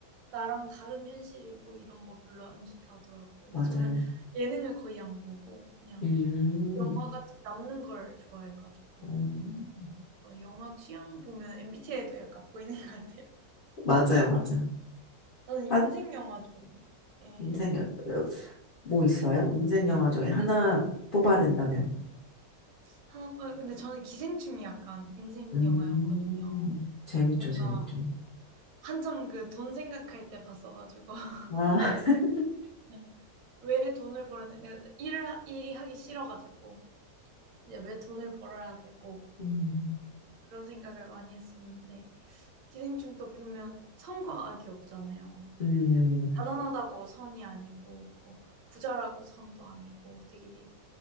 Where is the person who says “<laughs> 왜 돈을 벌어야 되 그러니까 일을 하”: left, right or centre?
Right